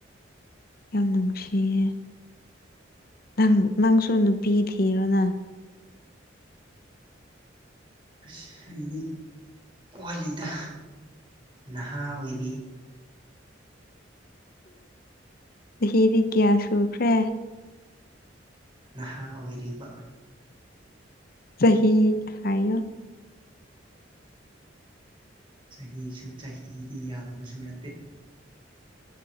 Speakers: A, on the left; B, on the right.
A: ꯌꯥꯝ ꯅꯨꯡꯁꯤꯌꯦ ꯅꯪ ꯅꯪꯁꯨ ꯅꯨꯄꯤ ꯊꯤꯔꯣꯅ
B: ꯑꯁ ꯍꯥꯏꯗꯤ ꯄꯨꯋꯥꯋꯥꯂꯤꯗ ꯅꯍꯥ ꯑꯣꯏꯔꯤ
A: ꯆꯍꯤ ꯀ꯭ꯌꯥ ꯁꯨꯈ꯭ꯔꯦ
B: ꯅꯍꯥ ꯑꯣꯏꯔꯤꯕ
A: ꯆꯍꯤꯍꯤ ꯍꯥꯏ
B: ꯆꯍꯤꯁꯨ ꯆꯍꯤꯗꯤ ꯌꯥꯝꯕꯁꯨ ꯅꯠꯇꯦ